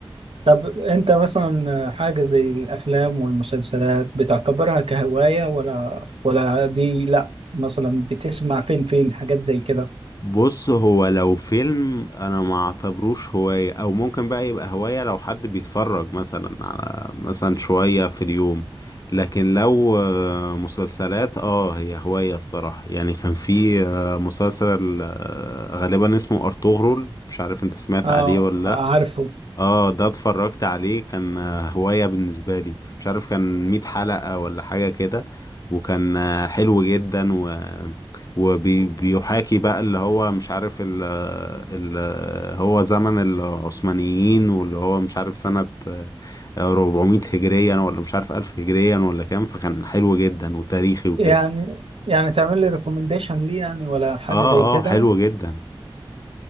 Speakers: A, on the right; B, on the left.
A: طب انت مثلا حاجة زي الأفلام والمسلسلات بتعتبرها كهواية ولا ولا دي لا مثلا بتسمع فين فين حاجات زي كده
B: بص هو لو فيلم انا ما اعتبروش هواية او ممكن بقى يبقى هواية لو حد بيتفرج مثلا على مثلا شوية في اليوم لكن لو آه، مسلسلات اه هي هواية الصراحة يعني كان في آه، مسلسل آه، غالبا اسمه ارطغرل مش عارف انت سمعت
A: اه
B: عليه ولا
A: عارفه
B: لأ. اه ده اتفرجت عليه كان آه، هواية بالنسبة لي مش عارف كان مية حلقة ولا حاجة كده وكان آه، حلو جدا و وبيحاكي بقى اللي هو مش عارف ال ال هو زمن العثمانيين واللي هو مش عارف سنة آه، 400 هجريا ولا مش عارف 1000 هجريا ولا كام فكان حلو جدا وتاريخي وكده
A: يعني يعني تعمل لي ريكومنديشن ليه يعني ولا حاجة
B: اه
A: زي كده
B: اه حلو جدا